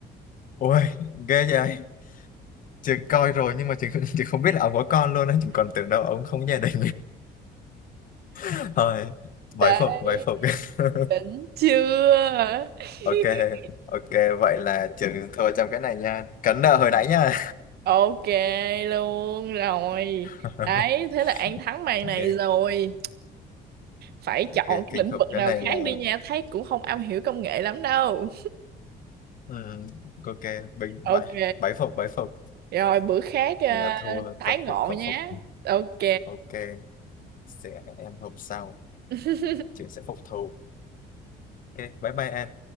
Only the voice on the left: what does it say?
Ôi, ghê vậy. Trường coi rồi nhưng mà trường, trường không biết là ông có con luôn á. Trường còn tưởng đâu ông không có gia đình. <laughs> Thôi, bái
phục, bái phục. <laughs>
Ok, ok. Vậy là trường thua trong cái này nha. Cấn nợ hồi nãy nha.
<laughs>
Ok,
ok.
Kinh
khủng.
Cái
này
là...
ừm, ok, bình,
bái, bái phục, bái phục.
Là thua
tâm
phục khẩu
phục.
Ok, sẽ hẹn em hôm sau.
Trường sẽ phục thù. Ok, bye bye em.